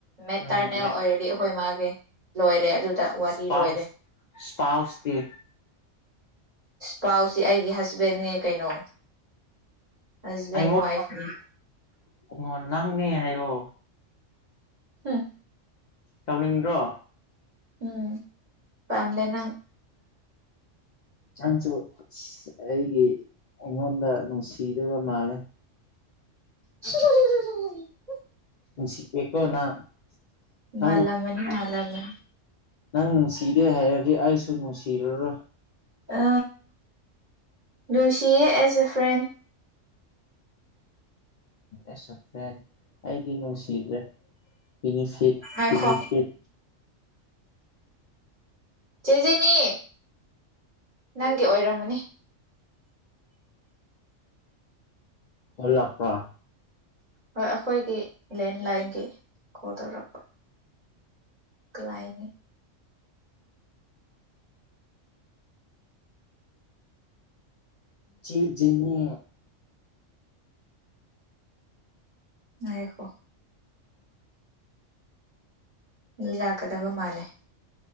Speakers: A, on the right (about 35°); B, on the left (about 70°).
A: ꯃꯦꯇꯔꯅꯦꯜ
B: ꯎꯝ
A: ꯑꯣꯏꯔꯗꯤ ꯑꯩꯈꯣꯏ ꯃꯥꯒꯤ ꯂꯣꯏꯔꯦ ꯑꯗꯨꯗ
B: ꯏꯁꯄꯥꯎꯁ
A: ꯋꯥꯔꯤ ꯂꯣꯏꯔꯦ
B: ꯏꯁꯄꯥꯎꯁꯇꯤ
A: ꯏꯁꯄꯥꯎꯁꯤ ꯑꯩꯒꯤ ꯍꯖꯕꯦꯟꯅꯦ ꯀꯩꯅꯣ ꯍꯁꯕꯦꯟ
B: ꯑꯩꯉꯣꯟꯗ
A: ꯋꯥꯏꯐꯅꯦ
B: ꯑꯣ ꯅꯪꯅꯦ ꯍꯥꯏꯌꯣ
A: ꯍꯝ
B: ꯇꯧꯅꯤꯡꯗ꯭ꯔꯣ
A: ꯎꯝ ꯄꯥꯝꯗꯦ ꯅꯪ
B: ꯅꯪꯁꯨ ꯁꯤ ꯑꯩꯒꯤ ꯑꯩꯉꯣꯟꯗ ꯅꯨꯡꯁꯤꯗꯕ ꯃꯥꯂꯦ
A: <unintelligible>
B: ꯅꯨꯡꯁꯤꯗꯦꯀꯣ ꯅꯪ ꯅꯪ
A: ꯃꯥꯜꯂꯝꯃꯅꯤ
B: ꯅꯨꯡꯁꯤꯗꯦ
A: ꯃꯥꯜꯂꯝꯃꯅꯤ
B: ꯅꯪ ꯅꯨꯡꯁꯤꯗꯦ ꯍꯥꯏꯔꯗꯤ ꯑꯩꯁꯨ ꯅꯨꯡꯁꯤꯔꯔꯣꯏ
A: ꯑ ꯅꯨꯁꯤꯌꯦ as A friend
B: as a friend ꯑꯩꯗꯤ ꯅꯨꯡꯁꯤꯗ꯭ꯔꯦ ꯕꯤꯅꯤꯐꯤꯠ
A: ꯉꯥꯏꯈꯣ
B: ꯕꯤꯅꯤꯐꯤꯠ
A: ꯆꯦ ꯖꯦꯅꯤ ꯅꯪꯒꯤ ꯑꯣꯏꯔꯝꯃꯅꯤ
B: ꯍꯣꯜꯂꯥꯛꯄ꯭ꯔꯥ
A: ꯍꯣꯏ ꯑꯩꯈꯣꯏꯒꯤ ꯂꯦꯟꯂꯥꯏꯟꯒꯤ ꯀꯣꯜ ꯇꯧꯔꯛꯄ ꯀꯅꯥꯢꯅꯤ
B: ꯆꯦ ꯖꯦꯅꯤ
A: ꯉꯥꯢꯈꯣ ꯃꯤ ꯂꯥꯛꯀꯗꯕ ꯃꯥꯂꯦ